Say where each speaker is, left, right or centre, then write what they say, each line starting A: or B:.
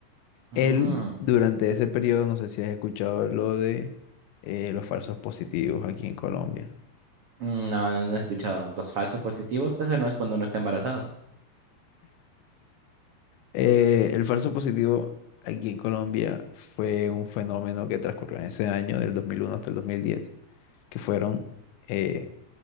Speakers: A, on the right; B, on the left.
A: Mm.
B: Él, durante ese periodo, no sé si has escuchado lo de eh, los falsos positivos aquí en Colombia.
A: mm, No, no no he escuchado los falsos positivos. Eso no es cuando uno está embarazado.
B: Eh, el falso positivo aquí en Colombia fue un fenómeno que transcurrió en ese año, del 2001 hasta el 2010, que fueron, eh,